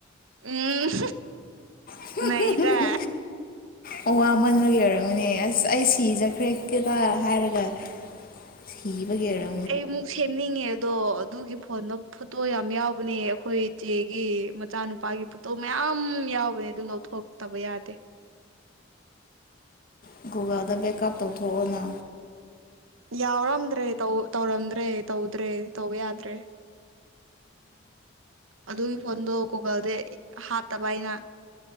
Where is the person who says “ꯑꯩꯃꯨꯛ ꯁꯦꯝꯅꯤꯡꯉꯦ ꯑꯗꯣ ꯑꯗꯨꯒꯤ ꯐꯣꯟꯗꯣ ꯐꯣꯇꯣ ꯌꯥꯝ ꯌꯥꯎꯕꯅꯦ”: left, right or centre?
Right